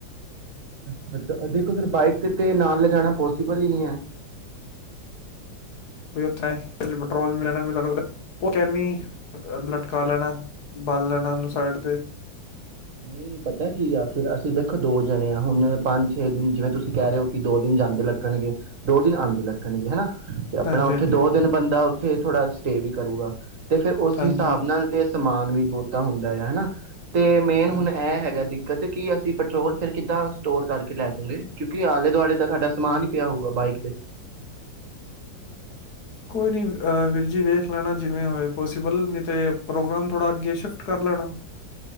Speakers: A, on the right (about 45°); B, on the left (about 60°).
A: ਅੱਛ ਅੱਛਾ ਦੇਖੋ ਫਿਰ ਬਾਈਕ ਤੇ ਨਾਲ ਲਿਜਾਣਾ ਪੋਸੀਬਲ ਹੀ ਨਹੀਂ ਹੈ।
B: ਵੀ ਉੱਥੇ ਪੈਟਰੋਲ <inaudible> ਕੈਨੀ ਲਟ ਕਾ ਲੈਣਾ ਬਾਲ ਲੈਣਾ ਉਹਨੂੰ ਸਾਈਡ 'ਤੇ
A: ਨਹੀਂ ਪਤਾ ਕੀ ਆ ਫਿਰ ਅਸੀਂ ਦੇਖੋ ਦੋ ਜਣੇ ਆਾਂ ਹੁਣ ਪੰਜ ਛੇ ਦਿਨ ਜਿਵੇਂ ਤੁਸੀਂ ਕਹਿ ਰਹੇ ਹੋ ਕਿ ਦੋ ਦਿਨ ਜਾਂਦੇ ਲੱਗਣਗੇ ਦੋ ਦਿਨ ਆਦੇ ਲੱਗਣਗੇ ਹਨਾ। ਤੇ ਆਪਣਾ
B: ਹਾਂਜੀ ਹਾਂਜੀ
A: ਉੱਥੇ ਦੋ ਦਿਨ ਬੰਦਾ। ਉੱਥੇ ਥੋੜਾ ਸਟੇ ਵੀ ਕਰੇਗਾ। ਤੇ ਫੇਿਰ ਉਸ
B: ਹਾਂਜੀ
A: ਹਿਸਾਬ ਨਾਲ ਤੇ ਸਮਾਨ ਵੀ ਬਹੁਤਾ ਹੁੰਦਾ ਆ ਹਨਾ ਤੇ ਮੇਨ
B: ਹਾਂਜੀ
A: ਹੁਣ ਇਹ ਹੈਗਾ ਕਦੇ ਕੀ ਅਸੀਂ ਪੈਟਰੋਲ ਫਿਰ ਕਿੱਦਾਂ ਸਟੋਰ ਕਰਕੇ ਲੈ ਜਾਊਗੇ ਕਿਉਂਕਿ ਆਲੇ ਦੁਆਲੇ ਦਾ ਸਾਡਾ ਸਮਾਨ ਹੀ ਪਿਆ ਹੋਊਗਾ ਬਾਈਕ ਤੇ
B: ਕੋਈ ਨਹੀਂ ਵੀਰ ਜੀ ਵੇਖ ਲੈਣਾ ਜਿਵੇਂ ਹੋਏ ਪੋਸੀਬਲ ਨਹੀਂ ਅਤੇ ਪ੍ਰੋਗਰਾਮ ਥੋੜ੍ਹਾ ਅੱਗੇ ਸ਼ਿਫਟ ਕਰ ਲੈਣਾ